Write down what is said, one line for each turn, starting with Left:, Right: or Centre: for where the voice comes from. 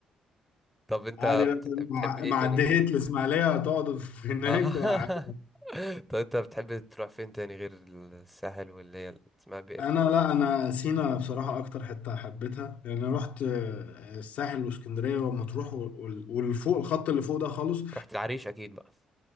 Centre: طب انت
Left: عادي بقى
Centre: بت- بتحب
Left: مع
Centre: ايه
Left: مع
Centre: تاني
Left: عديت الإسماعيلية هتقعد في هناك
Centre: اه <laughs>
Left: وعادي
Centre: طب انت بتحب تروح فين تاني غير الساحل واللي هي اللي اسمها بئر
Left: أنا لا أنا سينا بصراحة أكتر حتة حبيتها يعني أنا رحت الساحل واسكندرية ومطروح وال- والفوق الخط اللي فوق ده خالص
Centre: رحت العريش اكيد بقى